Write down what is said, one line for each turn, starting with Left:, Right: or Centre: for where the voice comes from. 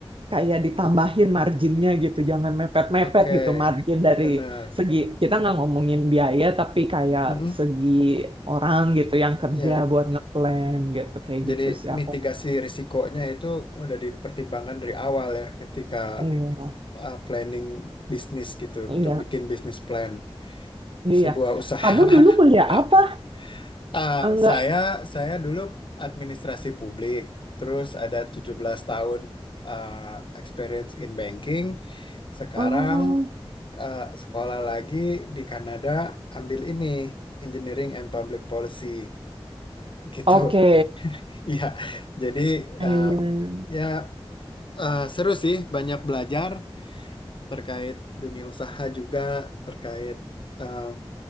Right: kayak ditambahin marginnya gitu, jangan mepet-mepet
Left: oke,
Right: gitu margin dari
Left: benar.
Right: segi kita nggak ngomongin biaya tapi kayak
Left: Mm-mm.
Right: segi orang gitu yang kerja
Left: Ya.
Right: buat ngeplan gitu kayak
Left: Jadi
Right: gitu sih aku.
Left: mitigasi risikonya itu udah dipertimbangkan dari awal ya ketika
Right: Iya,
Left: uh, planning bisnis gitu
Right: iya,
Left: untuk bikin bisnis plan
Right: iya.
Left: sebuah usaha.
Right: Kamu
Left: <laughs>
Right: dulu kuliah apa?
Left: Ah,
Right: Enggak.
Left: saya saya dulu administrasi publik, terus ada 17 tahun ah, experience in banking. Sekarang
Right: Oh,
Left: ah, sekolah lagi di Kanada ambil ini Engineering and Public Policy gitu.
Right: oke.
Left: <laughs> Iya. Jadi
Right: Iya.
Left: em, ya Eh, seru sih, banyak belajar terkait dunia usaha juga, terkait em,